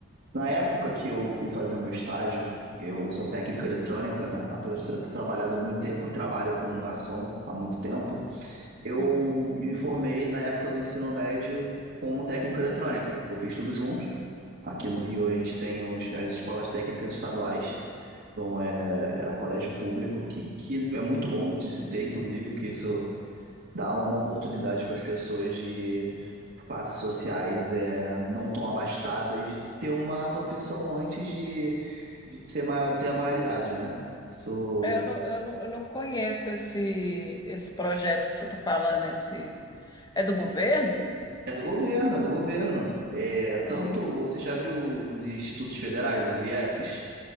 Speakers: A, on the right; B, on the left.
A: Na época que eu fui fazer meu estágio, eu sou técnico em eletrônica, né? Apesar de ter trabalhado muito tempo e trabalho como garçom há muito tempo, Eu
B: uhum.
A: me formei na época do ensino médio como técnico em eletrônica. Eu fiz tudo junto. Aqui no Rio a gente tem os- as escolas técnicas estaduais. Então é, é um colégio público que, que é muito bom de se ter, inclusive, porque isso dá uma oportunidade para as pessoas de classes sociais é, não tão abastadas de ter uma profissão antes de, de ser maior, ter a maioridade, né? Isso
B: É, Eu não, eu não, eu não conheço esse, esse projeto que você está falando. Esse... É do governo?
A: É do governo, é do governo. É, tanto
B: Não.
A: você já viu os os institutos federais, os IEFs?